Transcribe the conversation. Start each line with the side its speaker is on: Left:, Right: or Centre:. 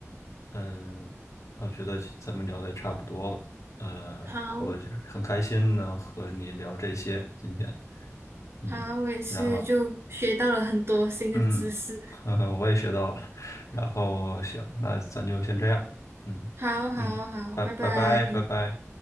Left: 嗯，我觉得咱们聊的也差不多了，呃，
Right: 好
Left: 我就很开心能和你聊这些今天，嗯，
Right: 好，我也是就学到了很多新的知识。
Left: 然后，嗯，<laughs> 呵呵，我也学到了，然后行，那咱就先这样，嗯嗯，
Right: 好好好，
Left: 拜拜拜拜拜。
Right: 拜拜。